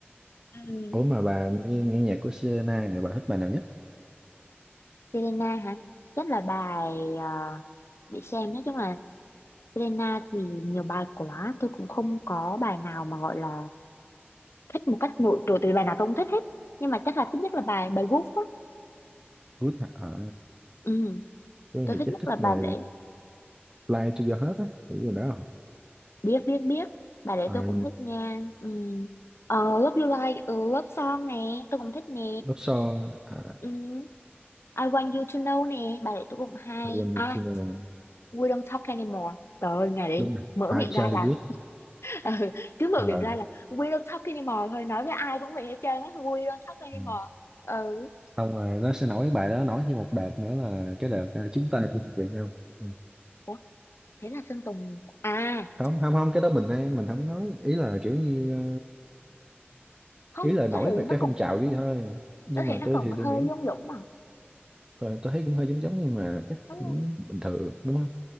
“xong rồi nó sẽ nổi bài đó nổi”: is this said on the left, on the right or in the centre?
Right